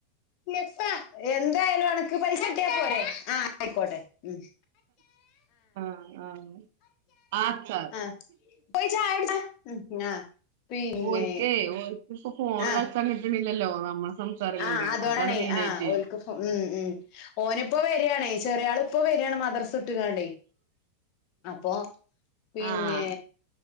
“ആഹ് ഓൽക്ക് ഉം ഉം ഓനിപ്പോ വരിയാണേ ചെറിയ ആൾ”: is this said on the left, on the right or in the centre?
Left